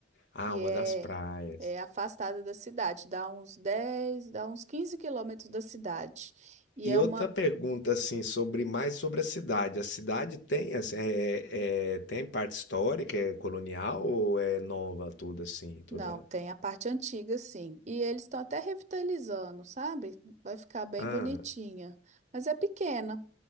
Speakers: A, on the left (about 70°); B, on the right (about 40°).
A: Ah,
B: que
A: uma
B: é,
A: das praias.
B: é afastada da cidade, dá uns 10, dá uns 15 quilômetros da cidade. E
A: E
B: é
A: outra
B: uma.
A: pergunta, assim, sobre mais sobre a cidade. A cidade tem, assim, é, é- é, tem parte histórica, é colonial ou é nova tudo assim, toda?
B: Não, tem a parte antiga, sim. E eles estão até revitalizando, sabe? Vai ficar bem
A: Ah,
B: bonitinha. Mas é pequena.